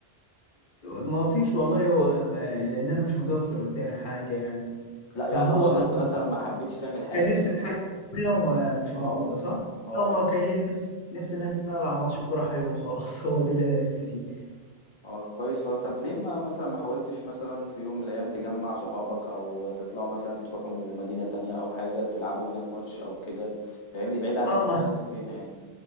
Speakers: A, on the left (about 60°); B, on the left (about 40°).
A: ما فيش والله هو ما لان انا مش متوفر قدامي حاجه يعني
B: لا
A: فهو
B: يعني اقصد
A: اصلا
B: انت مثلا ما حبيتش تعمل حاجة
A: كان نفسي في حاجه لو
B: اه
A: مش
B: اه
A: موجوده صح؟
B: اه
A: لو ما كان هي نفسي نفسي ان انا العب ماتش كوره حلو وخلاص <laughs> هو ده اللي انا نفسي فيه
B: اه كويس خالص طب ليه ما مثلا ما حاولتش مثلا في يوم من الايام تجمع صحابك او تطلعوا مثلا تروحوا مدينة تانية او حاجة تلعبوا هناك ماتش او كده فاهمني بعيد عن
A: اه
B: المنطقة
A: ما
B: اللي انت فيها يعني